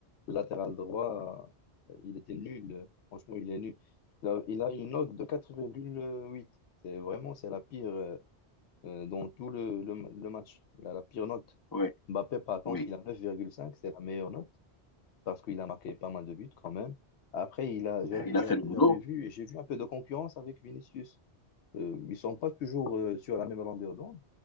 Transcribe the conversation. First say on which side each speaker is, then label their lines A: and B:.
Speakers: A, on the left (about 85°); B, on the left (about 25°).
A: le latéral droit, euh, il était nul. Franchement, il est nul. Il a, il a une note de 4,8. C'est vraiment, c'est la pire, euh, euh, dans tout le, le le match. Il a la pire note.
B: oui,
A: Mbappé, par contre,
B: oui.
A: il a 9,5, c'est la meilleure note. parce qu'il a marqué pas mal de buts quand même. Après, il a, j'av-
B: Il
A: j'a-
B: a fait le boulot.
A: j'avais vu, j'ai vu un peu de concurrence avec Vinicius. Euh, ils sont pas toujours euh, sur la même longueur d'onde.